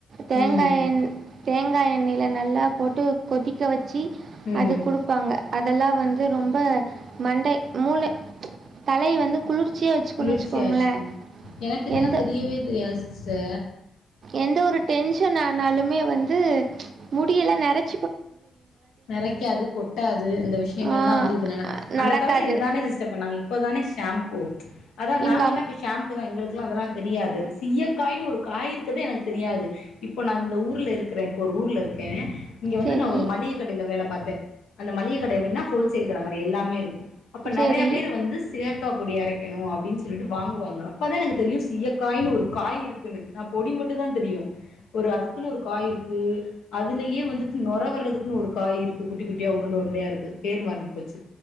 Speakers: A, on the right; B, on the left.
A: தேங்காயண்
B: ம்
A: தேங்காய் எண்ணெயில் நல்லா போட்டு கொதிக்க வச்சு
B: ம்
A: அது குடுப்பாங்க அதெல்லாம் வந்து ரொம்ப மண்டை மூ தலை வந்து குளிர்ச்சியாக வச்சுக்கணும்னு
B: குளிர்ச்சிாச்சுக்க
A: வச்சுக்கோங்களேன்
B: எனக்கு இதெல்லாம்
A: எந்த
B: தெரியவே தெரியாது ச
A: எந்த ஒரு டென்ஷன் ஆனாலுமே வந்து முடியலை நிறச்ச
B: நிறைக்காது கொட்டாது இந்த விஷயங்கள்
A: ஆ,
B: எல்லாம் வந்து இதனால அந்த
A: நடக்காது
B: காலத்துல இதுதானே சிஷ்டை பண்ணாங்க இப்போ தானே ஷாம்பூ அதான்
A: எங்க
B: நாங்கல்லாம்
A: அம்
B: இப்ப ஷாம்பு தான் எங்களுக்கு அதெல்லாம் தெரியாது சீயக்காய்னு ஒரு காய் இருக்குறத எனக்கு தெரியாது இப்ப நான் இந்த ஊர்ல இருக்கிறேன் இப்ப ஒரு ஊர்ல இருக்கேன் இங்க வந்து
A: சரி
B: நான் ஒரு மளிகை கடையில வேலை பார்த்தேன் அந்த மளிகை கடை எப்படின்னா ஹோல்சேல் கடை மாதிரி எல்லாமே இருக்கும் அப்ப
A: சரி
B: நிறைய பேரு வந்து சிகக்காப்படியரைக்கு ணும் அப்படின்னு சொல்லிட்டு வாங்குவாங்க அப்பதான் எனக்கு தெரியும் சீயக்காயு ஒரு காய் இருக்குன்ன நான் பொடி மட்ட தான் தெரியும் ஒரு அதுக்கு அதுக்குன்னு ஒரு காய் இருக்கு அதுலயே வந்துட்டு நொர வர்றதுக்குன்னு ஒரு காய் இருக்கு குட்டி குட்டியா உருண்ட உருண்டையா இருக்கு பேர் மருந்து போச்சு